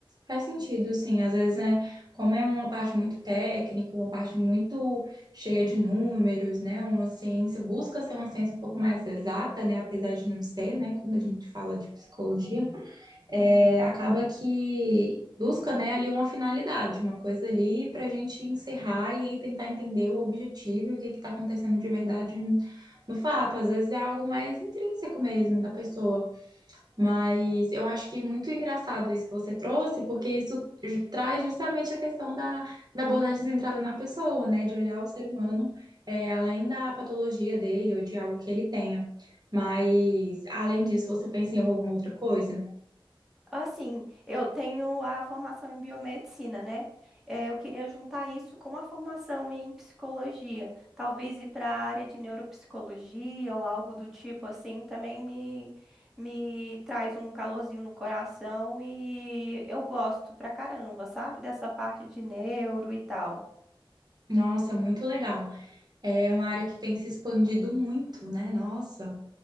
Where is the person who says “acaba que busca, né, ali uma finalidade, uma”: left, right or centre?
Right